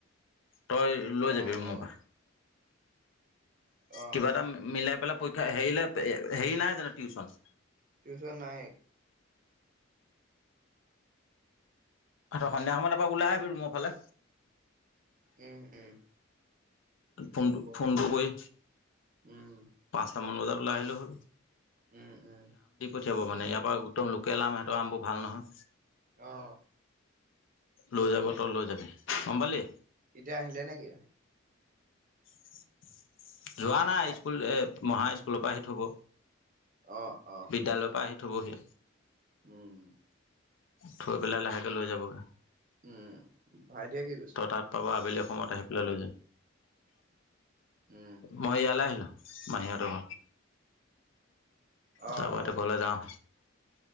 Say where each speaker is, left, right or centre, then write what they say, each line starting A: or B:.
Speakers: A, on the left; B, on the right.
A: তই লৈ
B: অ
A: যাবি ৰুমৰ
B: অ
A: পৰা।
B: অ
A: কিবা এটা মিলাই পেলা পৰীক্ষা হেৰিলে, হেৰি নাই জানো টিউচন
B: টউচন নাই।
A: অচ্ছা, সন্ধিয়া সময়ত এপাক ওলাই আহিবি ৰুমৰ ফালে।
B: উম, উম।
A: ফোনটো,
B: হ'ব
A: ফোনটো কৰি,
B: উম
A: পাঁচটামান বজাত। ওলাই আহিলোঁ হৈ।
B: উম, উম।
A: পঠিয়াব মানে, ইয়াৰ পৰা একদম লোকেল আম, সিহঁতৰ আমবোৰ ভাল নহয়।
B: অহ।
A: লৈ যাব, তই লৈ যাবি। গম পালি?
B: এতিয়া আহিলে নে কি?
A: <inaudible> যোৱা নাই
B: আহ
A: স্কুল, এ মহা স্কুলৰ পৰা আহি থব।
B: অ', অ'।
A: বিদ্যালয়ৰ পৰা আহি থ'বহি
B: উম।
A: থৈ পেলাই লাহেকে লৈ যাবগে।
B: উম, ভাইটিয়ে কি কৈছে?
A: তাত পাব আবেলি সময়ত আহি পেলাই লৈ যাম।
B: উম
A: মই ইয়ালে আহিলো। মাহি হতৰ ঘ
B: অ
A: তাপা এতিয়া
B: অ
A: ঘলে যাওঁ।